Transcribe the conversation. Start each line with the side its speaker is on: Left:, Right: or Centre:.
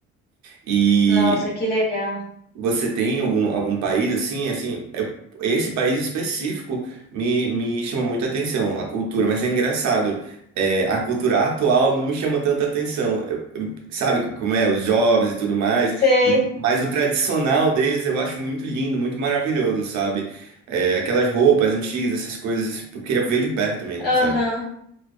Right: e
Left: Nossa, que legal.
Right: você tem algum, algum país assim, assim, eu- esse país específico me, me chama muita atenção, a cultura, mas é engraçado, é, a cultura atual não me chama tanta atenção, Eu- eu- sabe como é, os jovens e tudo mais,
Left: Sei,
Right: m- mas o tradicional deles eu acho muito lindo, muito maravilhoso, sabe? É, aquelas roupas antigas, essas coisas, eu queria ver de perto mesmo,
Left: aham.
Right: sabe?